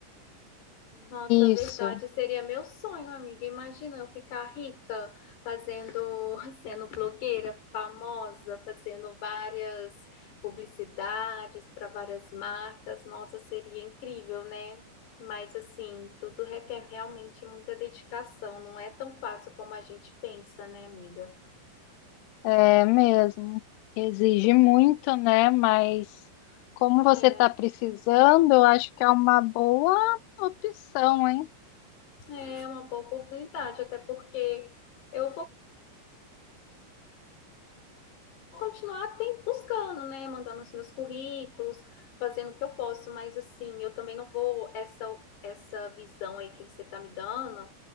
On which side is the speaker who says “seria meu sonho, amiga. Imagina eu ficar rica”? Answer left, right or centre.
Left